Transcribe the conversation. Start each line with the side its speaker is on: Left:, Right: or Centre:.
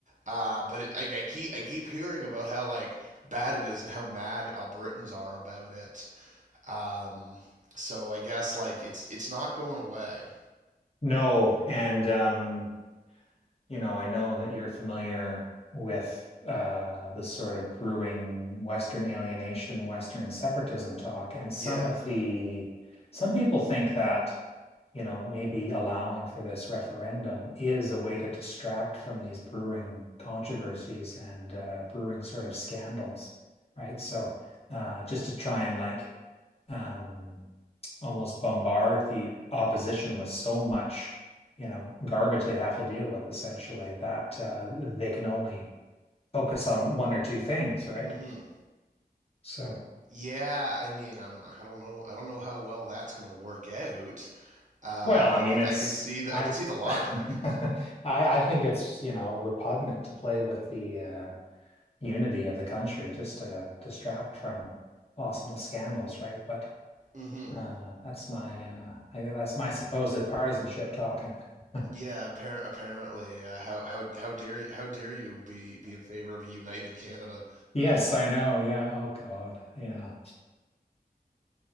Right: Uh, but it, I, I keep I keep hearing about how like bad it is and how mad Albertans are about it. Um, so I guess like it's it's not going away.
Left: No, and um, you know, I know that you're familiar with uh, the sort of brewing Western alienation, Western separatism talk, and some
Right: Yeah.
Left: of the some people think that you know maybe allowing for this referendum is a way to distract from these brewing controversies and uh, brewing sort of scandals, right? So uh, just to try and like um, almost bombard the opposition with so much, you know, garbage they have to deal with essentially that uh, they can only focus on one or two things, right?
Right: Mm-hmm.
Left: So,
Right: Yeah, I mean, I'm I don't know I don't know how well that's going to work out. Uh,
Left: well,
Right: but
Left: I
Right: I
Left: mean,
Right: can
Left: it's
Right: I can see the
Left: I
Right: I can see the
Left: <laughs>
Right: logic.
Left: I I think it's, you know, repugnant to play with the uh, unity of the country just to distract from possible scandals, right? But
Right: hmm
Left: uh, that's my uh, I guess that's my supposed partisanship talking. <laughs>
Right: Yeah, appar- apparently. Uh, how how how dare you, how dare you be be in favor of a united Canada?
Left: Yes, I know. Yeah. Oh God. Yeah.